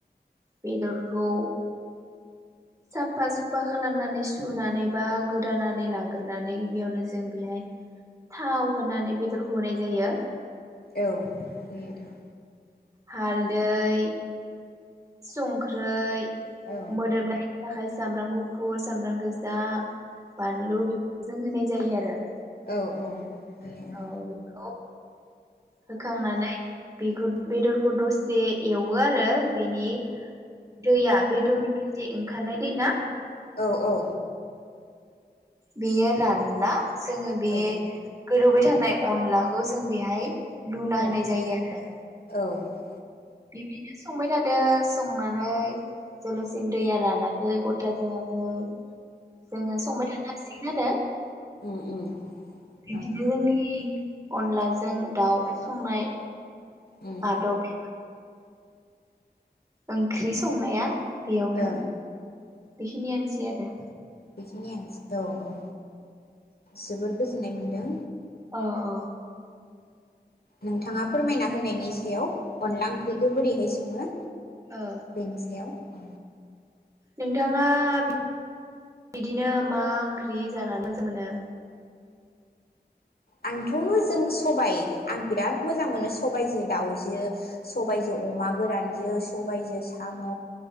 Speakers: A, on the right; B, on the left.
A: बेदरखौ साफा सुफा खालामनानै सुनानै बा गोदानानै लाग्रोनानै बेयावनो जों बेहाय थाव होनानै बेदरखौ होनाय जायो।
B: औ होयो आरो।
A: हालदै सुंख्रै
B: औ
A: मोदोमनायनि थाखाय सामब्राम गुफुर सामब्राम गोजा बानलु बे जों होनाय जायो आरो।
B: औ औ होयो ओं।
A: औ बेखौ होखांनानै बेखौ बेदरखौ दसे एवो आरो बेनि दैया बेदरनिफ्राय जे ओंखारनाय दै ना
B: औ औ।
A: बियो रानला । जोङो बे
B: औ
A: गोदौबाय थानाय अनलाखौ जों बेहाय लुना होनाय
B: औ
A: जायो आरो।
B: उम उम
A: बिदिनो संबाय थादो संनानै जेब्लासिम दैया रानाखै गथा जाया ओ जोङो संबाय थानो हांसिगोन खोनादो
B: ओं उम उम
A: बिदिनो
B: ओं
A: जोंनि अनलाजों दाउ संनाय
B: उम
A: आदबा ओंख्रि संनाया बेयावनो
B: ओं
A: बेखिनि आनोसै आरो।
B: बेखिनियानोसै औ औ जोबोर गोजोननाय मोनदों।
A: अ अ
B: नोंथाङा फोरमायना होनायनि सायाव अनला ओंख्रिखौ बोरैहाय सङो।
A: औ
B: बेनि सायाव औ
A: नोंथाङा बिदिनो मा ओंख्रि जानानै मोजां मोनो?
B: आंथ' जों सबाय आं बिराद मोजां मोनो सबायजो दाउजो सबायजो अमा गोरानजो सबायजो साम